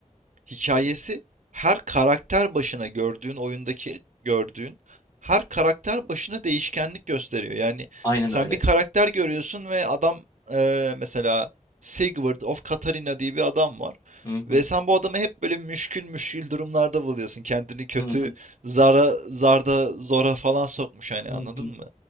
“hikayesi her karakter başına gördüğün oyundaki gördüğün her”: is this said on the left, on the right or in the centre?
Right